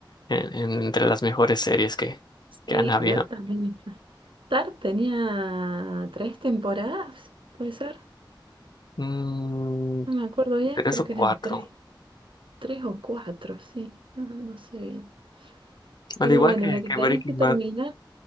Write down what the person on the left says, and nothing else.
en- en- entre las mejores series que,
que han habido.
Mm,
tres
o
cuatro.
Al
igual
que,
que
Breaking
Bad.